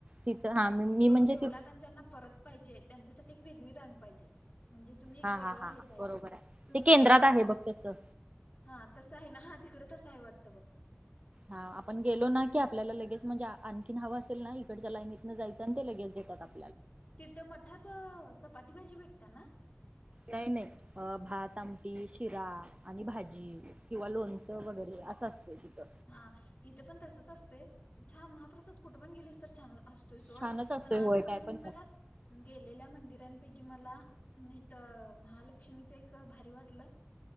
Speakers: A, on the right (about 30°); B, on the left (about 35°).
A: तिथं हा मी मी
B: जे
A: म्हणजे
B: जेवलात
A: ति
B: आणि ज्यांना परत पाहिजे त्यांच्यासाठी एक वेगळी रांग पाहिजे म्हणजे तुम्ही एक
A: हा हा
B: वेगळं
A: हा
B: हे
A: हा
B: पाहिजे
A: बरोबर आहे
B: तुम्
A: ते केंद्रात
B: आता
A: आहे बघ तसं
B: हा तसं आहे ना हा तिकडे तसं आहे वाटतं बघ
A: हा आपण गेलो ना की आपल्याला लगेज म्हणजे आणखीन हवं असेल ना इकडच्या लाईनीतनं जायचं आणि ते लगेज देतात आपण
B: तिथं मठात चपाती भाजी भेटत ना?
A: नाही नाही. अ भात आमटी शिरा आणि भाजी किंवा लोणचं वगैरे असं असतंय तिथं
B: हा इथे पण तसच असते छान महाप्रसाद कुठे पण गेलेस तर छान असतो. त सोड
A: छानच असतोय
B: पण आजपर्यंत
A: होय काय पण
B: गेलेल्या मंदिरांपैकी मला नाही तर महालक्ष्मीच एक भारी वाटलं